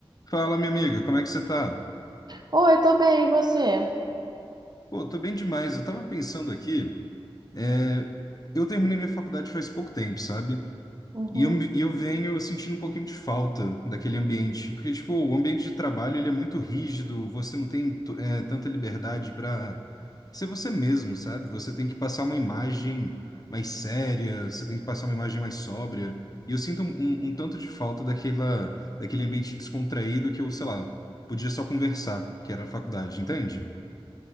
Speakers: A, on the left; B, on the right.
A: Fala, minha amiga, como é que você tá?
B: Oi, tô bem, e você?
A: Pô, tô bem demais. Eu tava pensando aqui, é, eu terminei minha faculdade faz pouco tempo, sabe?
B: Uhum.
A: E eu, me- e eu venho sentindo um pouquinho de falta daquele ambiente, porque, tipo, o ambiente de trabalho, ele é muito rígido, você não tem, t- é, tanta liberdade pra ser você mesmo, sabe? Você tem que passar uma imagem mais séria, você tem que passar uma imagem mais sóbria, e eu sinto um, um- um tanto de falta daquela, daquele ambiente descontraído que eu, sei lá, podia só conversar, que era a faculdade, entende?